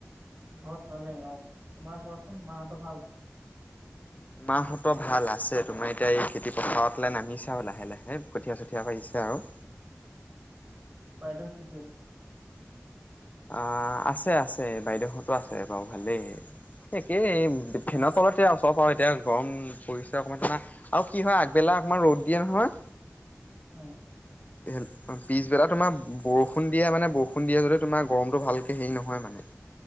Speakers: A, on the right; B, on the left.
A: ঘৰত ভালেই অ'। তোমাৰ কোৱাচোন মাহঁতৰ ভাল?
B: মাহঁতৰ ভাল আছে। তোমাৰ এতিয়া এই খেতি পথাৱ ফালে নামিছে আও লাহ লাহে, কঠীয়-চঠীয়া পাৰিছে আৰু।
A: বাইদেউ কি কই
B: আ-আছে, আছে বাইদেউহতো আছে বাও ভালেই। একেই এ ফেনৰ তলতে আও চব আও এতিয়া গৰম পৰিছে অকমান না আও কি হয় আগবেলা অকমান ৰ'দ দিয়ে নহয়
A: উ।
B: অ' পিছবেলা তোমাৰ বৰষুণ দিয়ে মানে বৰষুণ দিয়ে যদি তোমাৰ গৰমটো ভালকে হেই নহয় মানে।